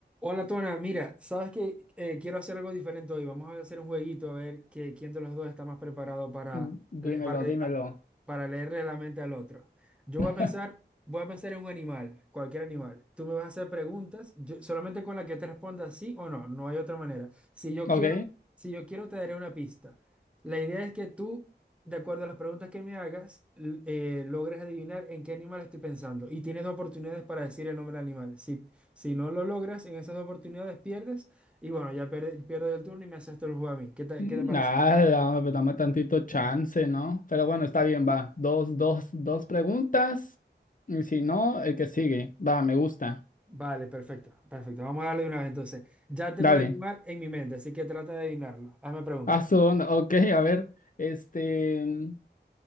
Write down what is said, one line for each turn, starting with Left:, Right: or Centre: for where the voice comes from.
Centre: Hola Tona, mira, sabes que eh, quiero hacer algo diferente hoy. Vamos a hacer un jueguito a ver que, quién de los dos está más preparado para,
Left: Mm, Dímelo,
Centre: le- para,
Left: dímelo.
Centre: le- a- para leerle la mente al otro. Yo
Left: <laughs>
Centre: voy a pensar, voy a pensar en un animal, cualquier animal. Tú me vas a hacer preguntas, yo- solamente con la que te responda sí o no, no hay otra manera. Si yo
Left: Ok.
Centre: quiero, si yo quiero te daré una pista. La idea es que tú, de acuerdo a las preguntas que me hagas, l- eh, logres adivinar en qué animal estoy pensando y tienes dos oportunidades para decir el nombre del animal. Si si no lo logras, en esas oportunidades pierdes. Y bueno, ya pierde- pierdo yo el turno y me haces tú el juego a mí. ¿Qué te,
Left: Mm,
Centre: qué te parece?
Left: Nada, hombre, pues dame tantito chance, ¿no? Pero bueno, está bien, va. Dos, dos, dos preguntas. Y si no, el que sigue. Va, me gusta.
Centre: Vale, perfecto, perfecto. Vamos a darle de una vez entonces. Ya tengo
Left: Dale.
Centre: el animal en mi mente, así que trata de adivinarlo. Hazme preguntas.
Left: Ah, su Ok, a ver. Este.